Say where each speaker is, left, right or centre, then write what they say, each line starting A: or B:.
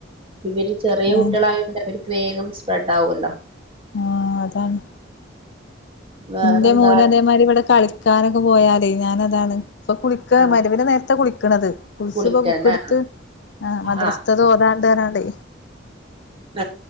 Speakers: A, on the right; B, on the left.
A: ഇവര് ചെറിയ
B: ആഹ്
A: കുട്ടികളായോണ്ട് അവർക്ക് വേഗം സ്പ്രെഡ് ആവോല്ലോ
B: ആഹ് അതാണ്
A: വേറെന്താ
B: ന്റെ മോന അതേമാരി ഇവിടെ കളിക്കാനൊക്കെ പോയാലേ ഞാന അതാണ് ഇപ്പൊ കുളിക്ക
A: ആഹ്
B: മഹ് രിബ്ന് നേര്ത്തെ കുളിക്ണത് കുളിച്
A: കുളിക്കല്ലേ
B: പ്പ ബുക്കെടുത്ത് ആ മദ്രസ്ഥ
A: ആഹ്
B: തോതാ താണ് ടേ
A: <unintelligible>